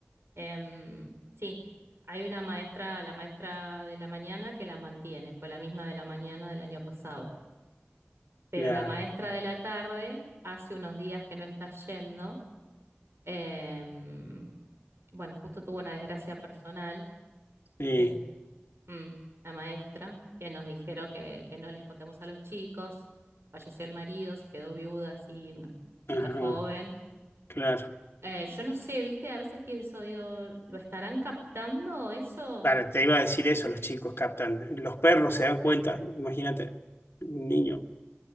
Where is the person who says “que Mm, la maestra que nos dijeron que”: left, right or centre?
Right